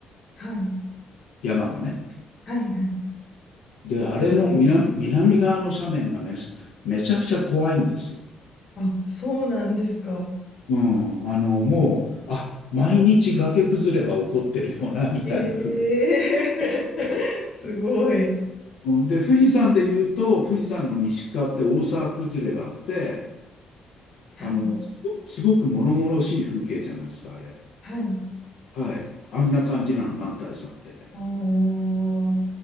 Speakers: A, on the left; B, on the left.
A: はい。
B: 山がね。
A: はいはい。
B: で、あれの南、南側の斜面がめ、めちゃくちゃ怖いんですよ。
A: あ、そうなんですか。
B: うん、あの、もう、あ、毎日崖崩れが起こってるよな、みたいな風。
A: ええ <laughs> すごい。
B: うんで、富士山で言うと、富士山の西側って大沢崩れがあって、
A: はい、
B: あの、すごすごく物々しい風景じゃないですか、あれ。
A: はい。
B: はい。あんな感じなの、男体山って。
A: おー、